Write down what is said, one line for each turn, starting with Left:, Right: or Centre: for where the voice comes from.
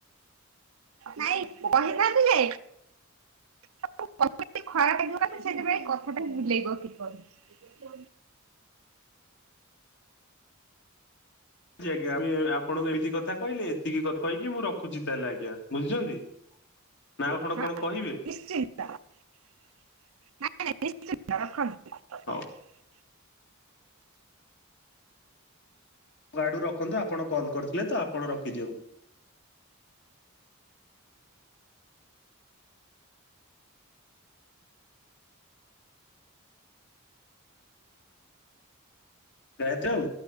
Right: ନାଇଁ, କହିଥାନ୍ତି ଯେ <unintelligible> ଖରାପ ହେଇଯିବ କାଳେ ସିଏ ସେଇଥିପାଇଁ କଥାଟାକୁ ବୁଲେଇ ବଙ୍କେଇ କହୁଛି।
Left: ହୁଚି ଆଜ୍ଞା। ଆମେ ଆପଣଙ୍କୁ ଏମିତି କହିଲେ ଏତିକି କ-କହିକି ମୁଁ ରଖୁଛି ତାହେଲେ ଆଜ୍ଞା। ବୁଝୁଛନ୍ତି? ନା ଆଉ କଣ
Right: ହଁ
Left: କଣ କହିବେ?
Right: <unintelligible>
Left: ହଉ ଆପଣଙ୍କ ଆଡ଼ୁ ରଖନ୍ତୁ, ଆପଣ କଲ୍ କରିଥିଲେ ତ ଆପଣ ରଖିଦିଅନ୍ତୁ। ପ୍ରାୟତଃ ଆଉ